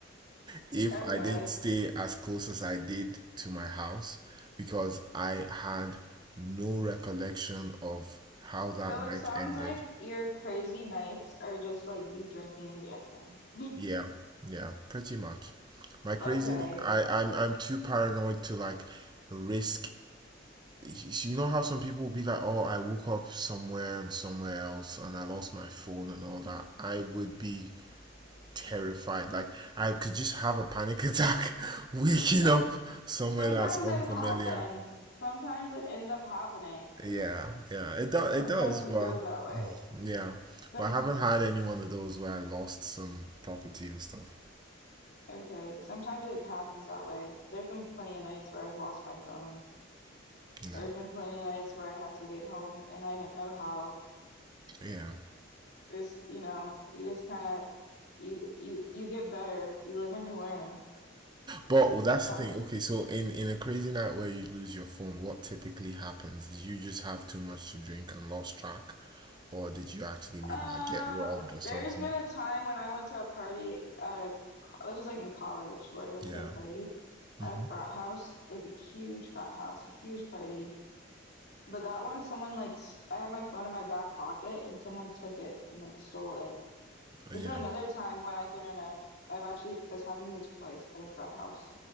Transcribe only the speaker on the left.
Okay.
So
it sounds
like your crazy nights are just like you drinking and dancing. <laughs>
Okay.
Uh,
Sometimes
it happens. Sometimes it ends up happening.
Sometimes
it
goes that way.
Some
okay, sometimes it happens that way. There's been plenty of nights where I've lost my phone. There's
been plenty of nights where I had to get home and I didn't know how.
This, you know, you just kind of you you you get better. You live and you learn.
How
Um,
there's been a time when I went to a party at a, co- this was like in college where I went
to a party
at a frat house, like a huge frat house, a huge party. But that one, someone like, st I had my phone in my back pocket and someone took it and like stole it. There's
been another time when I've been in a, I've actually, that's happened to me twice at a frat house.